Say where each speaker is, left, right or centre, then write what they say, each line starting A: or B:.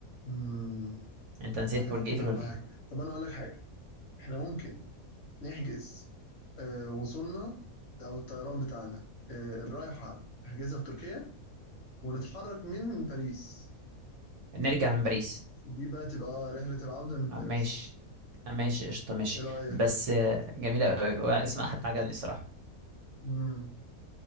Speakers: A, on the left (about 60°); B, on the right (about 65°).
A: امم
B: انت نسيت
A: ده فاهم
B: برج ايفل
A: اهم
B: ولا
A: حاجة
B: ايه
A: طب انا اقول لك حاجة احنا ممكن نحجز آه وصولنا او الطيران بتاعنا آه الرايحة نحجزها في تركيا ونتحرك من باريس
B: نرجع من باريس
A: دي بقى تبقى رحلة العودة من باريس
B: آه، ماشي آه، ماشي قشطة ماشي
A: ايه رأيك؟
B: بس آه، جميلة أوي هو اسمها حتى عجبني الصراحة
A: مم.